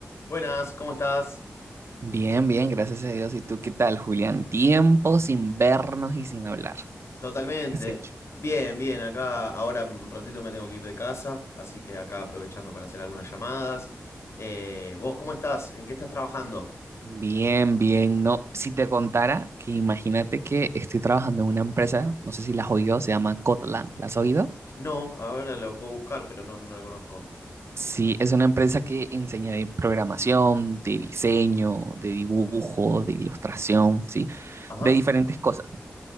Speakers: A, on the left (about 65°); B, on the right (about 60°).
A: Buenas, ¿cómo estás?
B: Bien, bien, gracias a Dios. ¿Y tú qué tal, Julián? Tiempo sin vernos y sin hablar.
A: Totalmente.
B: ¿Qué has hecho?
A: Bien, bien, acá ahora en un ratito me tengo que ir de casa, así que acá aprovechando para hacer algunas llamadas. Eh, ¿vos cómo estás? ¿En qué estás trabajando?
B: Bien, bien. No, si te contara que imagínate que estoy trabajando en una empresa, no sé si la has oído, se llama Kotlin. ¿La has oído?
A: No, ahora lo puedo buscar, pero no, no la conozco.
B: Sí, es una empresa que enseña de programación, de diseño, de dibujo, de ilustración, ¿sí?
A: Ajá.
B: De diferentes cosas,